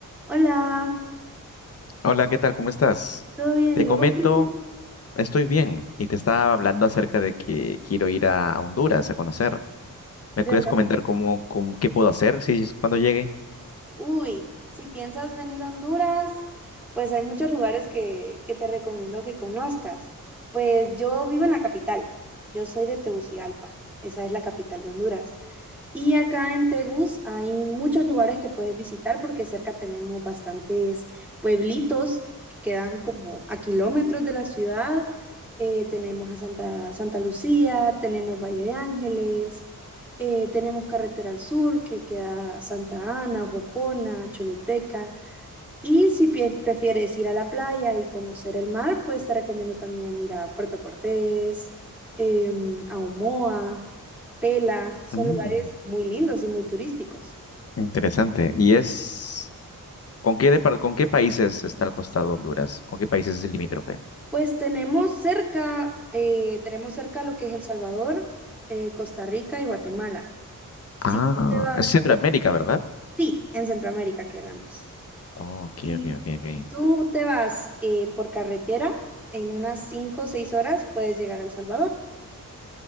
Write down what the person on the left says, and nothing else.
Hola, ¿qué tal? ¿Cómo estás?
Te
comento,
estoy bien y te estaba hablando acerca de que quiero ir a Honduras a conocer. ¿Me
puedes
comentar cómo, cómo- qué puedo hacer si es cuando llegue?
Mm,
interesante. ¿Y es con qué depar- con qué países está al costado Honduras? ¿Con qué países es el limítrofe?
Ah,
es Centroamérica, ¿verdad?
Oh, ok,
ok, ok, ok.